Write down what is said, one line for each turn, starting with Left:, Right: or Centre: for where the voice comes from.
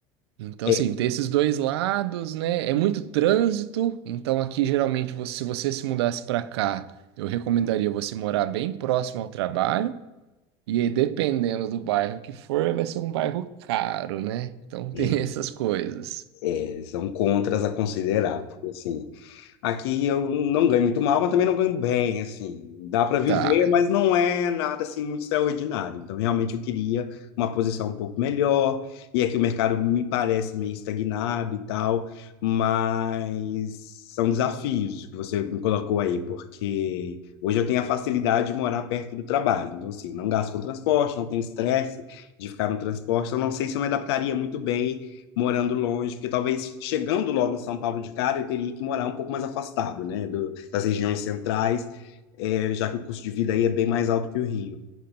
Right: Então,
Left: é,
Right: assim, tem esses dois lados, né? É muito trânsito. Então, aqui geralmente, você- se você se mudasse para cá, eu recomendaria você morar bem próximo ao trabalho. E aí, dependendo do bairro que for, vai ser um bairro caro, né? Então, <laughs>
Left: é,
Right: tem essas coisas.
Left: é, são contras a considerar, porque assim, Aqui eu não ganho muito mal, mas também não ganho bem, assim. Dá para viver,
Right: Tá.
Left: mas não é nada assim muito extraordinário. Então, realmente eu queria uma posição um pouco melhor. E aqui o mercado me parece meio estagnado e tal, mas são desafios que você me colocou aí, porque hoje eu tenho a facilidade de morar perto do trabalho. Então, assim, não gasto com transporte, não tenho estresse de ficar no transporte. eu não sei se eu me adaptaria muito bem morando longe, porque talvez chegando logo em São Paulo de cara, eu teria que morar um pouco mais afastado, né, do- das regiões centrais, é, já que o custo de vida aí é bem mais alto que o Rio.